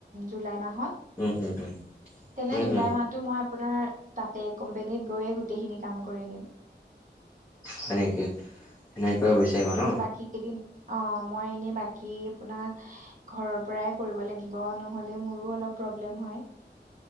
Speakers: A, on the right; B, on the left.
A: জুলাই মাহত
B: উম উম উম
A: তেনে
B: উম
A: জুলাই
B: উম
A: মাহতটো মই আপোনাৰ তাত কোম্পেনীত গৈয়ে গোটেইখিনি কাম কৰি দিম
B: হয় নেকি সেনেকৈ
A: উম
B: বিচাৰিবা ন?
A: এনে বাকী কেইদিন অৱ মই এনে বাকী আপোনাক ঘৰৰ পৰাই কৰিব লাগিব নহ'লে মোৰো অলপ প্ৰব্লেম হয়।